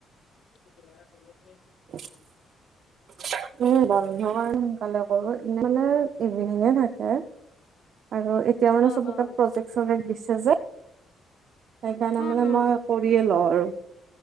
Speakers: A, on the left (about 70°); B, on the right (about 65°).
A: এটো কিবা এটা কৰি আছে।
B: উম বন বন্ধবাৰত সোনকালে কৰো এনে মানে, ইভিনিঙে থাকে। আৰু এতিয়া মানে
A: অ
B: চবকে
A: অ
B: প্ৰজেক-চজেক দিছে যে। সেইকাৰণে
A: উম
B: মানে
A: উম
B: মই কৰিয়ে লওঁ আৰু।